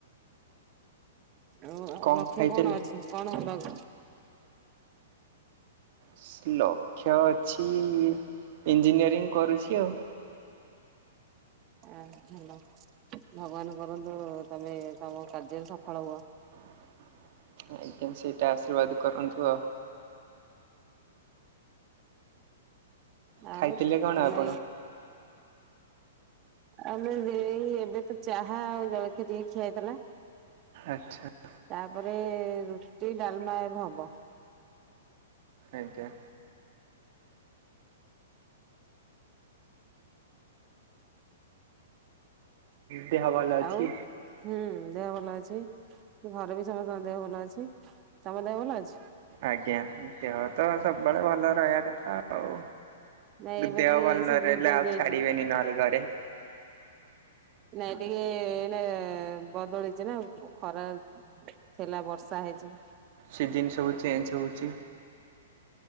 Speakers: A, on the right; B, on the right.
A: ଆଉ ଆଉ
B: କଣ
A: ଲକ୍ଷ୍ୟ
B: ଖାଇଥିଲେ?
A: କଣ ଅଛି କଣ ହବା?
B: ହ ଲକ୍ଷ୍ୟ ଅଛି ଇଞ୍ଜିନିୟରିଂ କରୁଛି ଆଉ
A: ଆ ଭଲ ଭଗବାନ କରନ୍ତୁ ତମେ ତମ କାର୍ଯ୍ୟରେ ସଫଳ ହୁଅ
B: ଆଜ୍ଞା, ସେଇଟା ଆଶୀର୍ବାଦ କରନ୍ତୁ ଆଉ ଖାଇଥିଲେ
A: ଆଉ
B: କଣ
A: ତମେ
B: ଆପଣ?
A: ଆମେ ଯ ଏବେ ତ ଚାହା ଆଉ ଜଳଖିଆ ଟିକେ ଖିଆ ହେଇଥିଲା ।
B: ଆଚ୍ଛା।
A: ତାପରେ ରୁଟି ଡାଲମା ଏବେ ହବ।
B: ଆଜ୍ଞା। ଦେହ ଭଲ ଅଛି?
A: ଆଉ ହୁଁ ଦେହ ଭଲ ଅଛି ଘରେ ବି ସମସ୍ତଙ୍କ ଦେହ ଭଲ ଅଛି। ତମ ଦେହ ଭଲ ଅଛି?
B: ଆଜ୍ଞା ଦେହ ତ ସବୁବେଳେ ଭଲ ରହିବା କଥା ଆଉ।
A: ନାଇଁ ଏବେ
B: ଦେହ
A: ଟିକେ
B: ଭଲ
A: ସିଜିନ
B: ନରହିଲେ
A: ଚେଞ୍ଜ
B: ଆଉ
A: ହେଇଛି।
B: ଛାଡିବେନି ନହେଲେ ଘରେ।
A: ନାଇଁ ଟିକେ ଏନା ବଦଳି ଯେ ନା ଖରା ଥିଲା ବର୍ଷା ହେଇଚି।
B: ସିଜିନ ସବୁ ଚେଞ୍ଜ ହଉଚି।